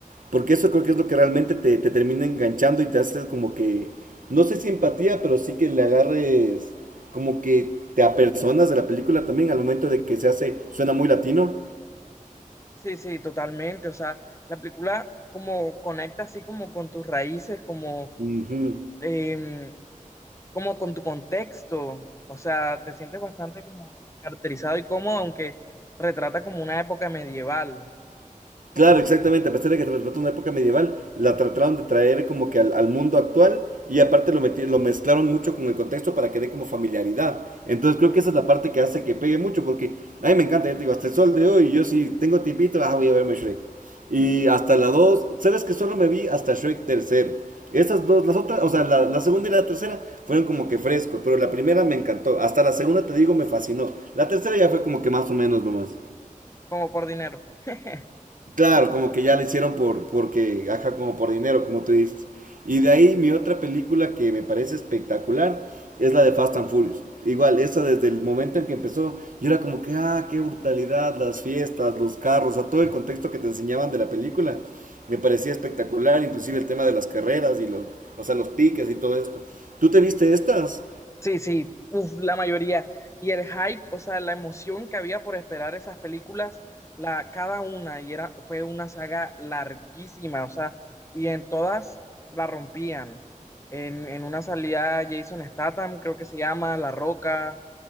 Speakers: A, on the right; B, on the left.
A: Porque eso creo que es lo que realmente te, te termina enganchando y te hace como que, no sé si empatía, pero sí que le agarres como que te apersonas de la película también al momento de que se hace, suena muy latino.
B: Sí, sí, totalmente. O sea, la película como conecta así como con tus raíces, como,
A: Ujú.
B: em, como con tu contexto. O sea, te sientes bastante como caracterizado y cómodo, aunque retrata como una época medieval,
A: Claro, exactamente. A pesar de que trata una época medieval, la trataron de traer como que al, al mundo actual y aparte lo, meti- lo mezclaron mucho con el contexto para que dé como familiaridad. Entonces creo que esa es la parte que hace que pegue mucho porque a mí me encanta, ya te digo, hasta el sol de hoy, yo si tengo tiempito, ah, voy a verme Shrek. Y hasta la 2, sabes que solo me vi hasta Shrek tercero. Esas dos, las otras, o sea, la, la segunda y la tercera fueron como que frescos, pero la primera me encantó. Hasta la segunda, te digo, me fascinó. La tercera ya fue como que más o menos nomás.
B: como por dinero. <laughs>
A: Claro, como que ya la hicieron por, porque, ajá, como por dinero, como tú dices. Y de ahí mi otra película que me parece espectacular es la de Fast and Furious. Igual, esa desde el momento en que empezó, yo era como que, ah, qué brutalidad, las fiestas, los carros, a todo el contexto que te enseñaban de la película, me parecía espectacular, inclusive el tema de las carreras y los, o sea, los piques y todo esto. ¿Tú te viste estas?
B: Sí, sí, uf, la mayoría. Y el hype, o sea, la emoción que había por esperar esas películas, la, cada una, y era, fue una saga larguísima, o sea, y en todas la rompían. En, en una salía Jason Statham, creo que se llama, La Roca,